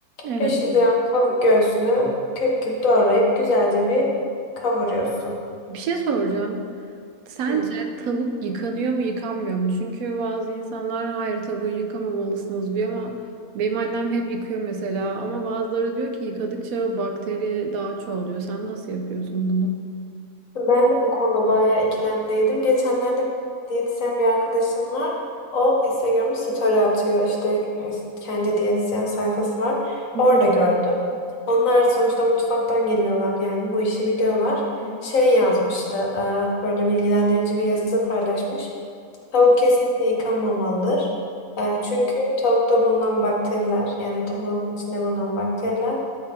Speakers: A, on the right; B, on the left.
A: Evet.
B: 500
A: evet.
B: gram tavuk göğsünü küp küp doğrayıp güzelce bir kavuruyorsun.
A: Bir şey soracağım. Sence
B: Hı.
A: tavuk yıkanıyor mu yıkanmıyor mu? Çünkü bazı insanlar hayır tavuğu yıkamamalısınız diyor ama benim annem hep yıkıyor mesela. Ama bazıları diyor ki yıkadıkça bakteri daha çoğalıyor. Sen nasıl yapıyorsun bunu?
B: Ben de bu konuda bayağı ikilemdeydim. Geçenlerde diyetisyen bir arkadaşım var. O Instagram'a story atıyor. İşte kendi diyetisyen sayfası var.
A: Hı
B: Orada
A: hı.
B: gördüm. Onlar sonuçta mutfaktan geliyorlar. Yani bu işi biliyorlar.
A: Evet.
B: Şey yazmıştı. e, Böyle bilgilendirici bir yazı paylaşmış. Tavuk kesinlikle yıkanmamalıdır. E, Çünkü tavukta bulunan bakteriler yani tavuğun içinde bulunan bakteriler